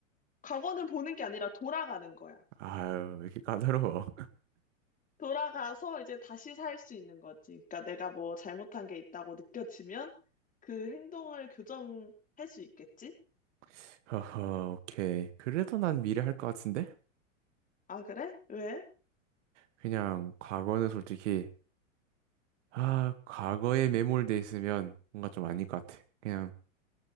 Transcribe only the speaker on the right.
아유, 왜 이렇게 까다로워.
<laughs> 허허, 오케이. 그래도 난 미래 할 것 같은데?
그냥 과거는 솔직히 아 과거에 매몰돼 있으면 뭔가 좀 아닐 것 같아. 그냥